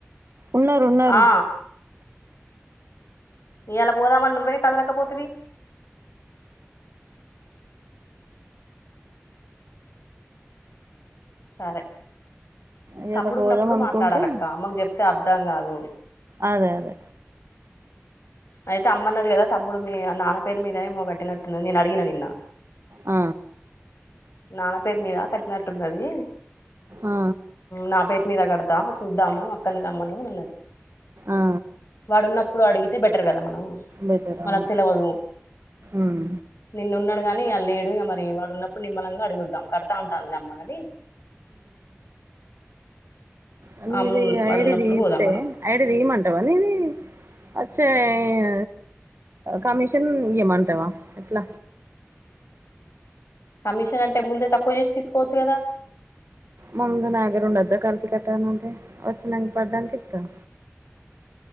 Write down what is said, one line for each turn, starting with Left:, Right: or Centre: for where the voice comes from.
Right: ఉన్నరు ఉన్నరు
Left: ఆ ఇయల పోదామని నువ్వే కదలకపోతివి సరే
Right: ఇయాల
Left: తమ్ముడు
Right: పోదాం
Left: ఉన్నప్పుడు
Right: అనుకుంటే
Left: మాట్లాడాలక్క అమ్మకు చెప్తే అర్థం కాదు
Right: అదే అదే
Left: అయితే అమ్మ అన్నది కదా తమ్ముడు మీ నాన్న పేరు మీద ఏమో గట్టినట్టున్నది నేను అడిగిన నిన్న
Right: ఆ
Left: నాన్న పేరు మీద కట్టినట్టు ఉన్నది
Right: ఆ
Left: నా పేరు మీద కడత్ దా చూద్దాము అక్కనే రమ్మను అన్నది
Right: ఆ
Left: వాడున్నప్పుడు అడిగితే బెటర్ కదా మనం
Right: బెటర్
Left: మనకు
Right: అవును
Left: తెలవదు
Right: ఉమ్
Left: నిన్నున్నడు కాని ఇయాళ లేేడు ఇగ మరి వాడు ఉన్నపుడు నిమ్మలంగా అడుగుద్దాం కడతా అంటాందిలే అమ్మగని
Right: ఆ నీది
Left: అమ్ము వాడున్నప్పుడు
Right: ఐడిది దీస్తే
Left: పోదాం మనం
Right: ఐడి తీయిమంటవా నీది అచ్చేయ్ కమిషన్ ఇయమంటవ ఎట్ల
Left: కమిషన్ అంటే ముందే తక్కువ చేసి తీసుకోవచ్చు కదా
Right: ముందు నా దగర ఉండద్దా కలిపి కట్టనంటే వచ్చినం వడ్డంటే ఇత్తం